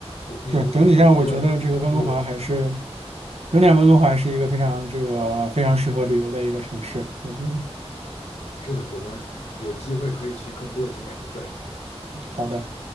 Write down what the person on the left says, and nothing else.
我你我不你我不知道你你同意我的看法吗？
嗯，
是的，我们有机会可以去更多景点去转一转。